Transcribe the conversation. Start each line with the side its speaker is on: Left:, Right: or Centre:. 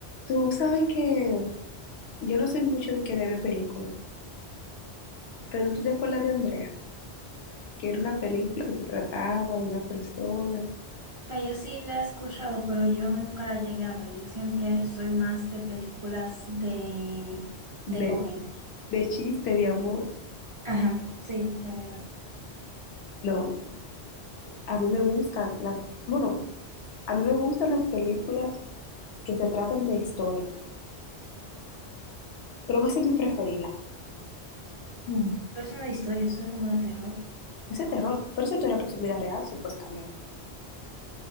Left: Tú sabes que yo no soy mucho de que de ver películas, pero tú te acuerdas de Andrea, que era una película que se trataba de una persona,
Right: sea, yo sí la he escuchado, pero yo nunca la llegué a ver. Yo siempre soy más de películas de,
Left: de,
Right: de comedia.
Left: de chiste, de amor.
Right: Ajá, sí, de verdad.
Left: No, a mí me gustan las, bueno, a mí me gustan las películas que se tratan de historias. Creo que esa es mi preferida. Mm.
Right: Pero eso no es una historia, eso es como de terror.
Left: Ese terror, pero esa historia pues en vida real, supuestamente.